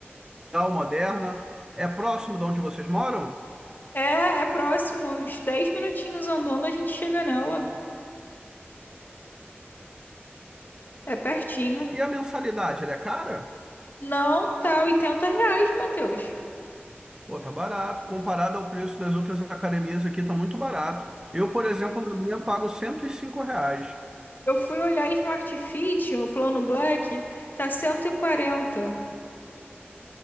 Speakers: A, on the right (about 15°); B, on the left (about 50°).
A: a Moderna, é próximo de onde vocês moram?
B: é, é próximo, uns 10 minutinhos andando a gente chega nela. É pertinho.
A: E a mensalidade, ela é cara?
B: Não, tá oitenta reais, Matheus.
A: Pô, tá barato. Comparado ao preço das outras academias aqui, tá muito barato. Eu, por exemplo, na minha pago 105 reais.
B: Eu fui olhar Smart Fit, o plano Black, tá 140.